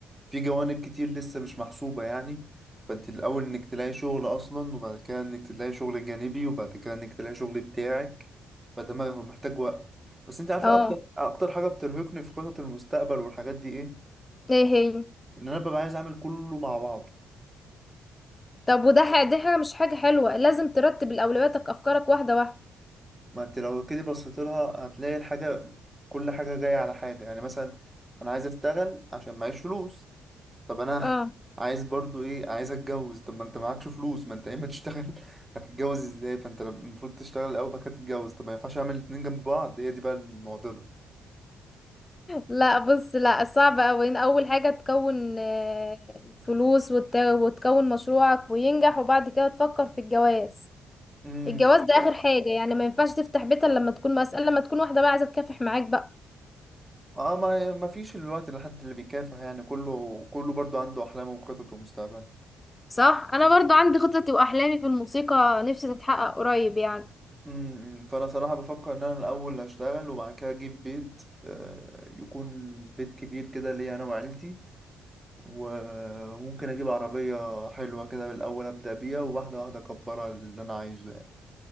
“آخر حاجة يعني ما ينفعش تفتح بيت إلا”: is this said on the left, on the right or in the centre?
Left